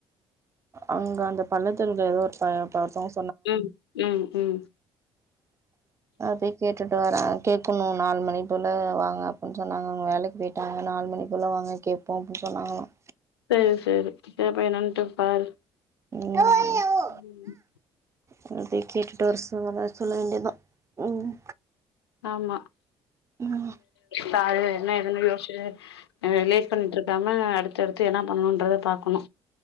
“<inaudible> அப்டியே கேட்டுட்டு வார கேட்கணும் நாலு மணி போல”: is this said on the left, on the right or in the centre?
Right